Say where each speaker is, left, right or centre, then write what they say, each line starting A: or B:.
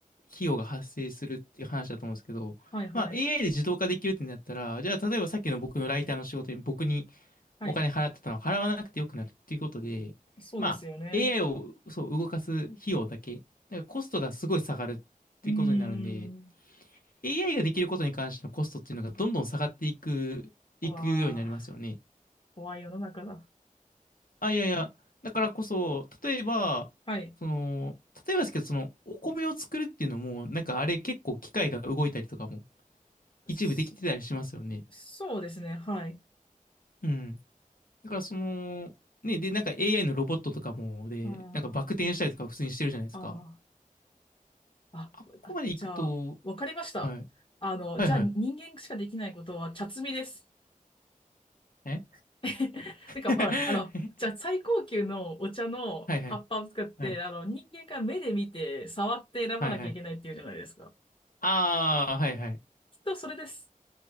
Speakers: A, on the left; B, on the left.
A: 費用が発生するっていう話だと思うんですけど、
B: はい、はい。
A: まあ、AI で自動化できるってなったら、じゃあ、例えばさっきの僕のライターの仕事に僕に
B: はい。
A: お金払ってたのは払わなくてよくなるっていうことで、
B: そうですよね。
A: まあ、AI をそう動かす費用だけ、だからコストがすごい下がるっていうことになるんで、
B: うーん。
A: AI ができることに関してのコストっていうのがどんどん下がっていく、
B: わあ、
A: いくようになりますよね。
B: 怖い世の中だ。
A: あ、いやいや、だからこそ、例えば、
B: はい。
A: その、例えばですけど、その、お米を作るっていうのも、なんかあれ結構機械が動いたりとかも一部できてたりしますよね。
B: そ、そうですね。はい。
A: うん。だからその、ね、で、なんか AI のロボットとかも、で、
B: あ
A: なんかバク転したりとか普通にしてるじゃないですか。
B: あ、ああ、
A: あっこまで行くと、
B: あ、あじゃあ、わかりました。
A: はい。
B: あの、
A: はいはい。
B: じゃあ人間しかできないことは茶摘みです。
A: え
B: <laughs> てか、
A: <laughs> え
B: ほら、あの、じゃあ最高級のお茶の葉っぱを使って、
A: はい <laughs> はい。はい。
B: あの、人間が目で見て、触って選ばなきゃいけないっていうじゃないですか。
A: はいはい。ああ、はいはい。
B: きっとそれです。